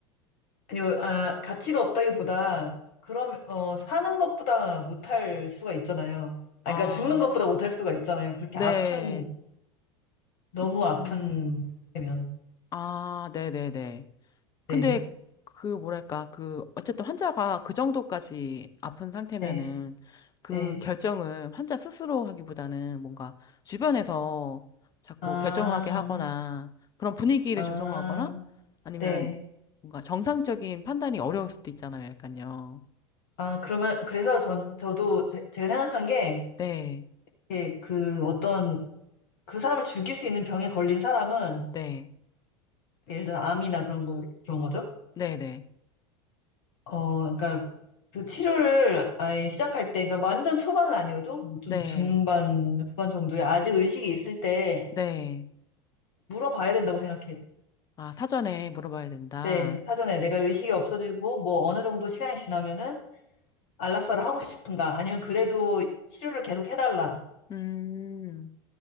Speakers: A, on the left (about 50°); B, on the left (about 25°).
A: 아니, 뭐, 아, 가치가 없다기보다, 그럼, 어, 사는 것보다 못할 수가 있잖아요.
B: 아.
A: 아, 그러니까 죽는 것보다 못할 수가 있잖아요. 그렇게
B: 네.
A: 아픈, 너무
B: 음.
A: 아픈, 면.
B: 아, 네네네. 근데
A: 네,
B: 그 뭐랄까, 그 어쨌든 환자가 그 정도까지 아픈 상태면은
A: 네,
B: 그
A: 네.
B: 결정을 환자 스스로 하기보다는 뭔가 주변에서 자꾸
A: 아,
B: 결정하게 하거나 그런 분위기를
A: 아,
B: 조성하거나 아니면
A: 네.
B: 뭔가 정상적인 판단이 어려울 수도 있잖아요, 약간요.
A: 아, 그러면, 그래서 전, 저도, 제, 가 생각한 게,
B: 네,
A: 이렇게 그 어떤, 그 사람을 죽일 수 있는 병에 걸린 사람은,
B: 네,
A: 예를 들어 암이나 그런 거, 그런 거죠.
B: 네네,
A: 어, 그러니까 그 치료를 아예 시작할 때, 그러니까 완전 초반은 아니어도 뭐 좀
B: 네,
A: 중반, 후반 정도에 아직 의식이 있을 때
B: 네.
A: 물어봐야 된다고 생각해요.
B: 아, 사전에 물어봐야 된다.
A: 네, 사전에 내가 의식이 없어지고 뭐 어느 정도 시간이 지나면은 안락사를 하고 싶은가, 아니면 그래도 치료를 계속 해달라.
B: 음.